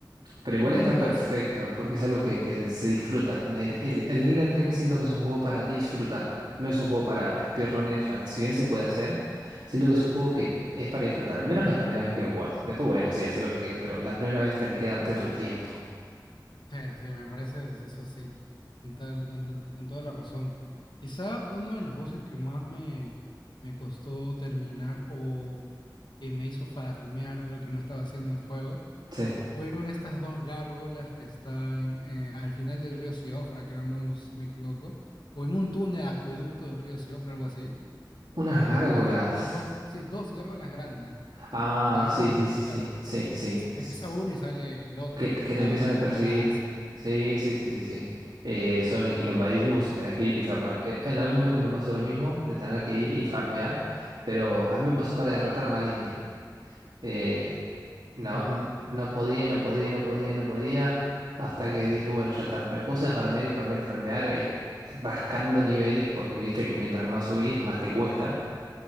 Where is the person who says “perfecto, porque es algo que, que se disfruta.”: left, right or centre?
Right